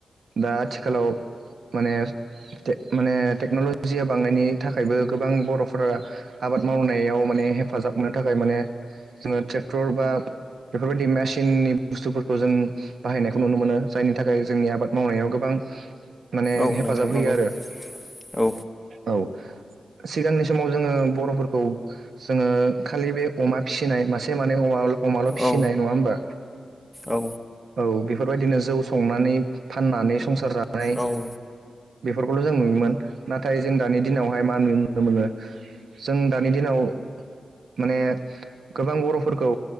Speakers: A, on the right (about 70°); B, in the centre.
A: दा आथिखालाव माने टेक माने टेक्न'लजिया बांनायनि थाखायबो गोबां बर'फोरा आबाद मावनायाव माने हेफाजाब मोननो थाखाय माने जोङो ट्रेक्टर बा बेफोरबायदि मेसिननि सुबुंफोरखौ जों बाहायनायखौ नुनो मोनो जायनि थाखाय जोंनि आबाद मावनायाव गोबां माने
B: औ
A: हेफाजाब
B: नोंथां नंगौ
A: होयो आरो।
B: औ
A: औ सिगांनि समाव जोङो बर'फोरखौ जोङो खालि बे अमा फिसिनाय मासे <unintelligible> माने अमा अमाल' फिसिनाय
B: औ
A: नङा होमबा
B: औ
A: औ बेफोरबायदिनो जौ संनानै फाननानै संसार जानाय
B: औ
A: बेफोर <unintelligible> जों नुयोमोन नाथाय जों दानि दिनावहाय मा नुुनो मोनो जों दानि दिनाव माने गोबां बर'फोरखौ